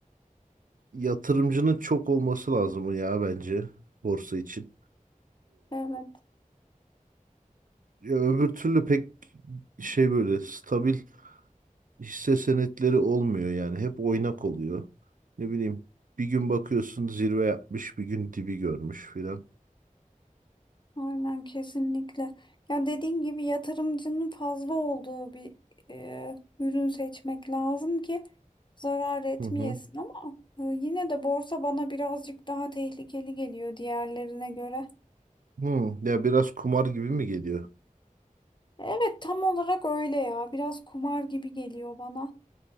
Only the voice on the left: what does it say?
evet.
Aynen kesinlikle. Ya dediğin gibi yatırımcının fazla olduğu bir e, ürün seçmek lazım ki zarar etmeyesin
ama e, yine de borsa bana birazcık daha tehlikeli geliyor diğerlerine göre.
Evet tam olarak öyle ya. Biraz kumar gibi geliyor bana.